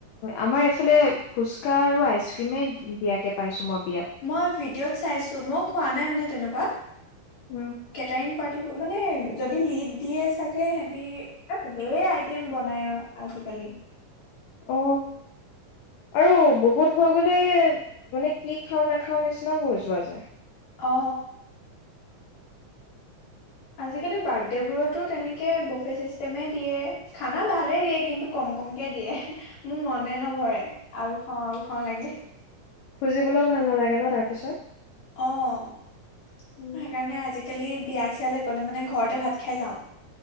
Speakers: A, on the left; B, on the left.
A: আমাৰ এইফালে ফুচকা আৰু আইচক্ৰীমে দিয়াক কে পাইছো মই বিয়াত।
B: মই ভিডিঅ'ত চাইছো, মই খোৱা নাই মানে তেনেকুৱা।
A: উম।
B: কেটাৰিং পাৰ্টিবোৰ মানে, যদি লিড দিয়ে চাগে সিহেতি <unintelligible> ধেই আইটেম বনাই অ', আজিকালি।
A: অ। আৰু বহুত হৈ গ'লে, মানে কি খাওঁ নাখাওঁ নিচিনাও হৈ যোৱা যায়।
B: অ। আজিকালি বাৰ্থ ডে বোৰতো তেনেকৈ বফে ছিষ্টেমেই দিয়ে। খানা ভালেই দিয়ে কিন্তু কম কমকৈ দিয়ে। মোৰ মনে নভৰে, আৰু খাওঁ আৰু খাওঁ লাগে।
A: খুজিবলৈও ভাল নালাগে ন তাৰ পিছত?
B: অঁ।
A: উম
B: সেইকাৰণে আজিকালি বিয়া চিয়ালৈ গ'লে মানে ঘৰতে ভাত খাই যাওঁ।